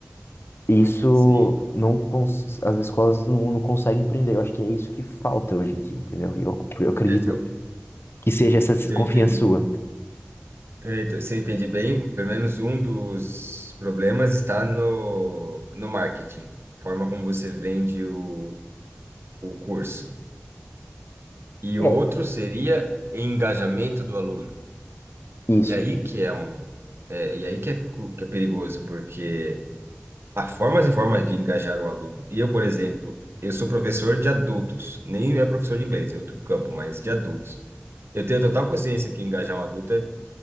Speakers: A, on the left (about 70°); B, on the right (about 75°).
A: isso
B: sim.
A: não cons- as escolas não, não conseguem empreender. Eu acho que é isso que falta hoje em dia, entendeu? E eu, eu acredito
B: É, Eu,
A: que seja essa
B: se
A: desconfiança
B: eu entendi,
A: sua.
B: é, então, se eu entendi bem, pelo menos um dos problemas está no, no marketing, forma como você vende o, o curso. e
A: É,
B: outro seria engajamento do aluno.
A: isso,
B: E aí que é um, é, e aí que é, cu- que é perigoso, porque há formas e formas de engajar o aluno. E eu, por exemplo, eu sou professor de adultos, nem é professor de inglês, é outro campo, mas de adultos. Eu tenho total consciência que engajar um adulto é